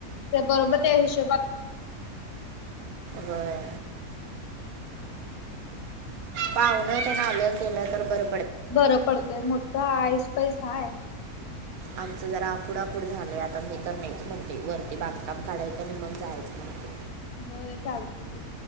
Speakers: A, on the left; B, on the right.
A: त्या बरोबर त्या हिशोबा
B: होय. पाहून ते आलं केलं तर बर.
A: बरं पडतय मोठं आईस पैस हाय.
B: आमचं जरा आकुडकूड झालंय आता मी तर नाहीच म्हणते वरती बांधकाम काढायचं आणि मग जायचं म्हणते.
A: होय चालत त.